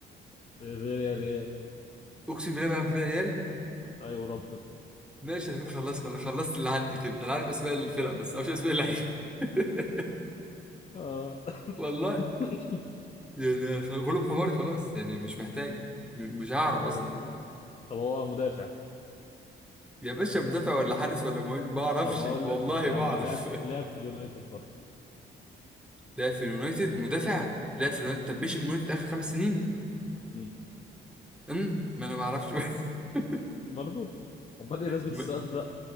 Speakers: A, on the left; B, in the centre.
A: <laughs> في فياريال
B: اقسم بالله بيلعب في فيا ريال
A: ايوه ربنا
B: ماشي انا كده خلصت خلصت خلصت اللي عندي كده انا عارف اسماء الفرق بس ما اعرفش اسماء اللعيبه <laughs>
A: اه <laughs>
B: والله
A: <coughs>
B: يعني خ- غلوب حماري خلاص يعني مش محتاج م- مش هعرف
A: خلاص
B: اصلا اقول
A: طب هو مدافع
B: يا باشا مدافع ولا حارس ولا مهاجم ما اعرفش
A: طب هقول
B: والله
A: لك يا
B: ما
A: عم
B: اعرف
A: لعب
B: <laughs>
A: لعب في اليونايتد برضه
B: لا في اليونايتد مدافع لا في اليونايتد طب
A: م.
B: مش من اليونايتد اخر خمس سنين
A: م.
B: امم ما انا ما اعرفش <laughs>
A: برضه امال ايه لازمه
B: م-
A: السؤال ده